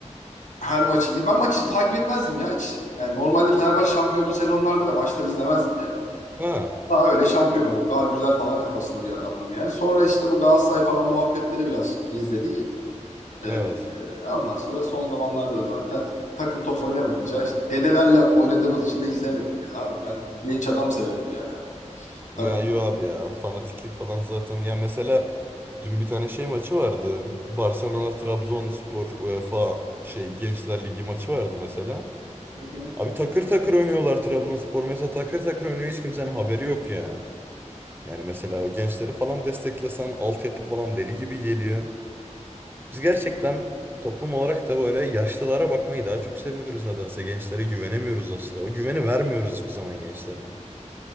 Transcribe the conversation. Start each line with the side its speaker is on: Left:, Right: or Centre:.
Left: her maçı. Ya ben maçı takip etmezdim ya hiç. Yani normalde Fenerbahçe şampiyon olduğu sezonlarda da maçları izlemezdim yani.
Right: Ha
Left: Daha öyle şampiyon olduk. Aa güzel falan kafasında bir adamdım yani. Sonra işte bu Galatasaray falan muhabbetleri biraz izledik. Ee,
Right: evet.
Left: ondan sonra son zamanlarda da zaten takım top oynamayınca işte dedelerle oynadığımız için de izlemiyorum yani abi. Ben genç adam severim yani hani.
Right: Ya
Left: Takım.
Right: yo abi ya fanatiklik falan zaten. Ya mesela dün bir tane şey maçı vardı. Barcelona Trabzonspor UEFA şey Gençler Ligi maçı vardı mesela.
Left: Hı hı.
Right: Abi takır takır oynuyorlar Trabzonspor mesela takır takır oynuyor hiç kimsenin haberi yok ya. Yani mesela o gençleri falan desteklesen altyapı falan deli gibi geliyor. Biz gerçekten toplum olarak da böyle yaşlılara bakmayı daha çok seviyoruz nedense. Gençlere güvenemiyoruz asla. O güveni vermiyoruz hiçbir zaman gençlere.